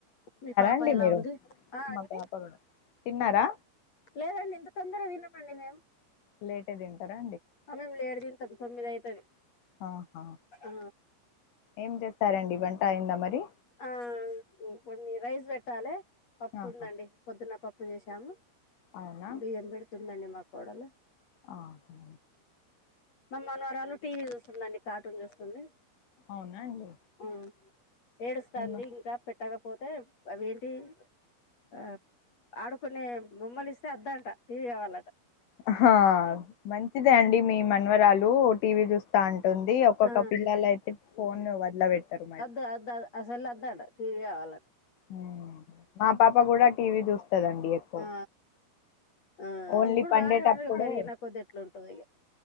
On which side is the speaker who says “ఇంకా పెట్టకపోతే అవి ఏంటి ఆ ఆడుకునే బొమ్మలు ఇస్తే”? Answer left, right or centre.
Left